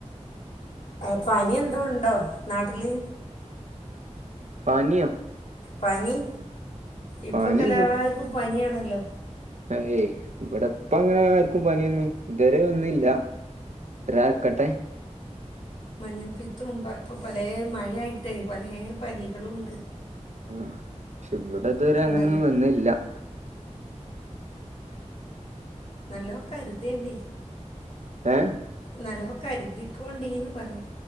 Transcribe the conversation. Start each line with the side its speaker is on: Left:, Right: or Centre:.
Left: അ പനി എന്തോ ണ്ടോ നാട്ടില്
Right: പനിയോ
Left: പനി ഇപ്പൊക്കെ
Right: പനിയൊന്നും
Left: എല്ലാർക്കും പനിയാണ് ലോ
Right: ഏയ് ഇവിടപ്പ അങ്ങനാര്ക്കും പനിയൊന്നും ഇതുവരെ വന്നില്ല രാ കട്ടെ
Left: മഞ്ഞപ്പിതോം പ്പ പൊ പലേ മഴ ആയിട്ടേ പലേ പനികളുണ്ട്
Right: <inaudible> ക്ഷെ ഇവ്ടെ ഇതുരെ അങ്ങനൊന്നും
Left: ഉണ്ടല്ലോ
Right: വന്നില്ല
Left: നലോ കരുതേണ്ടി
Right: ഏ
Left: നാലോ കരുതികൊണ്ടീന്ന് പറയാ